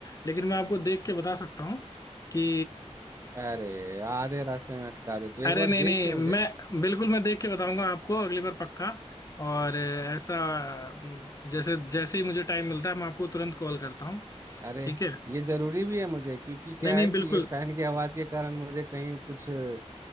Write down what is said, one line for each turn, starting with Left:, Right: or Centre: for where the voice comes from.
Left: लेकिन मैं आपको देख के बता सकता हूँ कि
Right: अरे आधे रास्ते में अटका दे तो एक
Left: अरे
Right: बार
Left: नहीं नहीं
Right: देख के मुझे
Left: मैं बिल्कुल मैं देख के बताऊंगा आपको अगली बार पक्का और अ, ऐसा अम, जैसे जैसे ही मुझे टाइम मिलता है मैं आपको तुरंत कॉल करता हूँ
Right: अरे
Left: ठीक है
Right: ये जरूरी भी है मुझे क्योंकि क्या
Left: नहीं नहीं
Right: है कि
Left: बिल्कुल
Right: ये फैन की आवाज के कारण मुझे कहीं कुछ अ,